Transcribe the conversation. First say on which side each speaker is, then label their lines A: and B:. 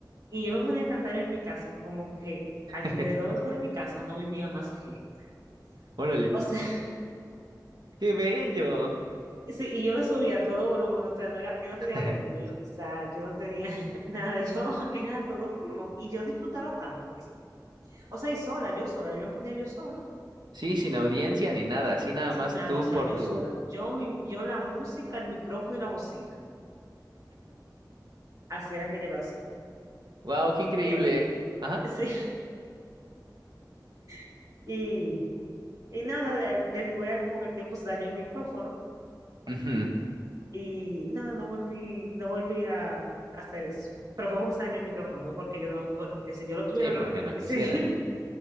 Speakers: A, on the right; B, on the right.
A: Y yo me podía cantar en mi casa, como que
B: <laughs>
A: alrededor de mi casa no vivía más gente.
B: Órale,
A: O sea,
B: qué bello.
A: <laughs> sí, y yo lo subía a todo volumen, o sea, no era, yo no
B: <laughs>
A: tenía vergüenza, yo no tenía <laughs> nada, yo era a todo pulmón y yo disfrutaba tanto eso. O sea, y sola, yo sola, yo me ponía yo sola,
B: Sí, sin audiencia ni nada, así nada
A: sin
B: más
A: nada,
B: tú
A: o sea,
B: por
A: yo
B: tu.
A: sola. Yo, mi, yo la música, el micrófono y la bocina. Así era que yo lo hacía.
B: Wow, qué increíble.
A: Eh,
B: Ajá.
A: sí, <laughs> y, y nada, eh, después con el tiempo se dañó el micrófono.
B: Ujú.
A: Y nada, no volví, no volví a, a hacer eso. Pero fue porque se dañó el micrófono, no porque yo no, no, porque si yo lo tuviera
B: Sí,
A: ahora
B: porque
A: mismo, yo
B: no
A: hubiese.
B: quisiera.
A: <laughs>